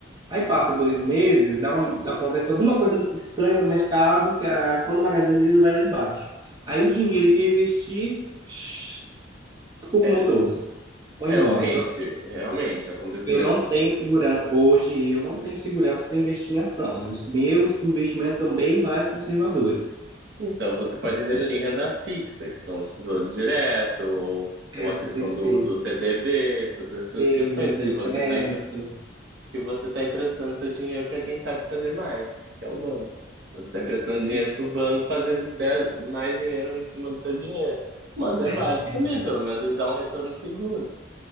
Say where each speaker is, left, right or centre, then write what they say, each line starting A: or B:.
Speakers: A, on the right; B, on the right.
A: Aí passa dois meses, dá um, acontece alguma coisa estranha no mercado, que a ação da Magazine Luiza vai lá embaixo. Aí o dinheiro que eu investi, psh, espumou
B: É,
A: todos, foi
B: realmente,
A: embora. Então, assim,
B: realmente, acontecimentos.
A: eu não tenho segurança, hoje eu não tenho segurança para investir em ação. Meus, meus investimentos são bem mais conservadores.
B: Então, você pode investir
A: Seja
B: em renda fixa, que são os tesouros diretos, ou,
A: tempo,
B: ou a questão
A: ter feito,
B: do, do CDB, todas essas
A: ter
B: questões
A: letra
B: que
A: de
B: você
A: crédito,
B: está que você está emprestando seu dinheiro para quem sabe fazer mais, que é o banco. Você está emprestando
A: pois
B: dinheiro para o banco fazer dez- mais dinheiro em cima do seu dinheiro. Mas é válido
A: é,
B: também, pelo menos ele dá um retorno seguro.